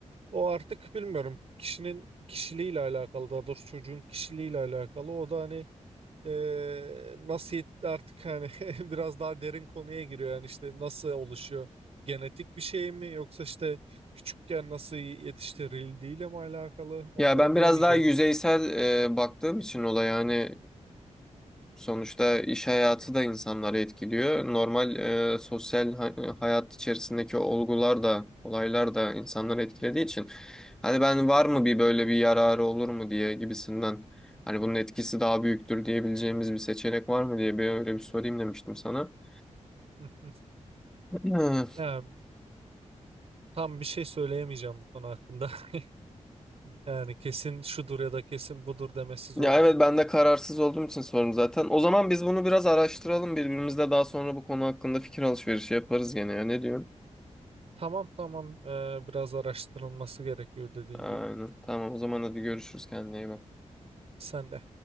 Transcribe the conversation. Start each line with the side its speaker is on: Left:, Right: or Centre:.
Right: O artık bilmiyorum kişinin kişiliğiyle alakalı daha doğrusu çocuğun kişiliğiyle alakalı o da hani eee nasıl yet- artık hani <laughs> biraz daha derin konuya giriyor yani işte nasıl oluşuyor genetik bir şey mi yoksa işte küçükken nasıl yetiştirildiğiyle mi alakalı onları
Centre: Ya ben
Right: bilemeyeceğim
Centre: biraz daha yüzeysel
Right: ben.
Centre: e, baktığım için olaya yani Sonuçta iş hayatı da insanları etkiliyor. Normal e, sosyal ha- e, hayat içerisindeki olgular da, olaylar da insanları etkilediği için. Hani ben var mı bir böyle bir yararı olur mu diye gibisinden. Hani bunun etkisi daha büyüktür diyebileceğimiz bir seçenek var mı diye bir öyle bir sorayım demiştim sana. <clears throat>
Right: <laughs>
Centre: Hmm.
Right: Yani tam bir şey söyleyemeyeceğim bu konu hakkında. <laughs> Yani kesin şudur ya da kesin budur demesi zor
Centre: Ya
Right: ya.
Centre: evet ben de kararsız olduğum için sordum zaten. O zaman biz bunu biraz araştıralım birbirimizle daha sonra bu konu hakkında fikir alışverişi yaparız gene ya ne diyorsun?
Right: Tamam tamam eee, biraz araştırılması gerekiyor dediğin
Centre: Aynen.
Right: gibi.
Centre: Tamam o zaman hadi görüşürüz kendine iyi bak.
Right: Sen de.